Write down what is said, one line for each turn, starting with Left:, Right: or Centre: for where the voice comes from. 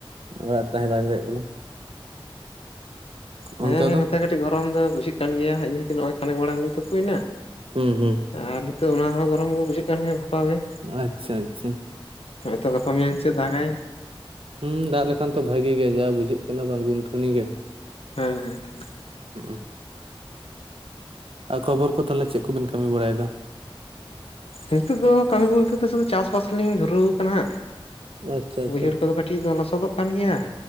Right: ᱚᱲᱟᱜ ᱛᱟᱦᱮᱸ ᱵᱟᱭ <unintelligible> ᱠᱟᱱᱟ ᱚᱱᱛᱮ
Left: ᱦᱮᱸ ᱦᱮᱸ
Right: ᱫᱚ
Left: ᱱᱚᱛᱮ ᱠᱟᱹᱴ ᱜᱚᱨᱚᱢ ᱫᱚ ᱵᱩᱡᱟᱹᱜ ᱠᱟᱱ ᱜᱮᱭᱟ ᱤᱱᱟᱹᱠᱟᱹᱛᱮᱜ ᱱᱚᱜᱱᱚᱭ ᱠᱷᱟᱱᱮᱠ ᱢᱟᱲᱟᱝ ᱞᱤᱧ ᱛᱩᱯᱩᱭᱱᱟ
Right: ᱦᱩᱸ ᱦᱩᱸ
Left: ᱟᱨ ᱱᱤᱛᱚᱜ ᱚᱱᱟ ᱦᱚᱸ ᱜᱚᱨᱚᱢ ᱜᱮ ᱵᱩᱡᱷ ᱠᱟᱱ ᱜᱮᱭᱟ ᱜᱟᱯᱟᱜᱮ
Right: ᱟᱪᱪᱷᱟ ᱟᱪᱪᱷᱟ
Left: ᱦᱚᱳᱭᱛᱚ ᱜᱟᱯᱟ ᱢᱮᱭᱟᱝ ᱥᱮᱫ ᱫᱟᱜᱟᱭ
Right: ᱦᱮᱸ ᱫᱟᱜ ᱞᱮᱠᱷᱟᱱ ᱛᱚ ᱵᱷᱟᱹᱜᱤ ᱜᱮ ᱡᱟ ᱵᱩᱡᱷᱟᱹᱜ ᱠᱟᱱᱟ ᱵᱟᱝ ᱜᱩᱱᱴᱷᱟᱹᱱᱤ ᱜᱮ
Left: ᱦᱮᱸ ᱦᱮᱸ ᱦᱮ
Right: ᱦᱩᱜ ᱩ ᱟᱨ ᱠᱷᱚᱵᱚᱨ ᱠᱚ ᱛᱟᱦᱚᱞᱮ ᱪᱮᱫ ᱠᱚᱵᱮᱱ ᱠᱟᱹᱢᱤ ᱵᱟᱲᱟᱭ ᱫᱟ
Left: ᱦᱤᱛᱳᱜ ᱫᱚ ᱠᱟᱹᱢᱤ ᱵᱚᱞᱛᱮ ᱫᱚ ᱥᱩᱫᱷᱩ ᱪᱟᱥᱵᱟᱥ ᱞᱤᱧ ᱫᱷᱩᱨᱟᱹᱣ ᱟᱠᱟᱱᱟ ᱦᱟᱸᱜ
Right: ᱟᱪᱪᱷᱟ ᱟᱪᱪᱷᱟ
Left: ᱵᱟᱹᱭᱦᱟᱹᱲ ᱠᱚᱫᱚ ᱠᱟᱹᱴᱤᱡ ᱠᱟᱹᱴᱤᱡ ᱫᱚ ᱞᱚᱥᱚᱫᱚᱜ ᱠᱟᱱ ᱜᱮᱭᱟ